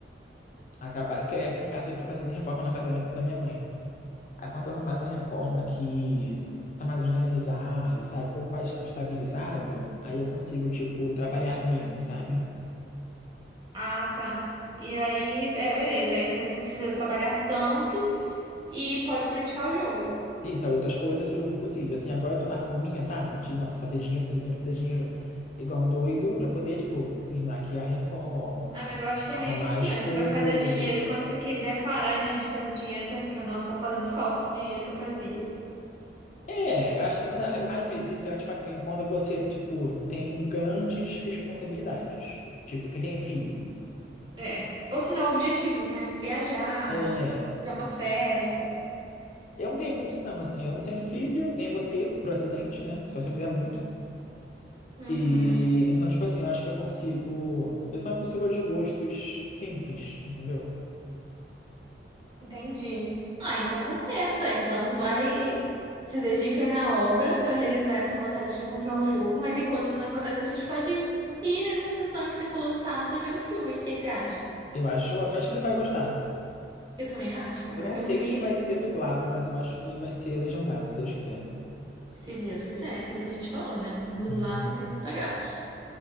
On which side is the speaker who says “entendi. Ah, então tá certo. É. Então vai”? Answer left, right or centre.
Right